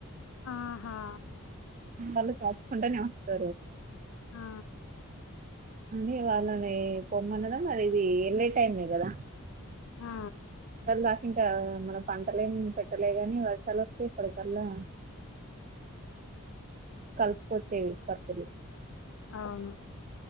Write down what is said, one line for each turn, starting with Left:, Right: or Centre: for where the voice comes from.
Left: ఆహా
Right: వాళ్ళు దాచుకుంటేనే వస్తారు
Left: ఆ
Right: అని వాళ్ళని పొమ్మనడం మరి ఇది వెళ్ళే టైమే కదా
Left: ఆ
Right: దా ఇంకా మనం పంటలే ఏం పెట్టలేగానీ వర్షాలు వస్తేయి ఇప్పటికల్లా కల్పు వచ్చే తప్పులు
Left: అవును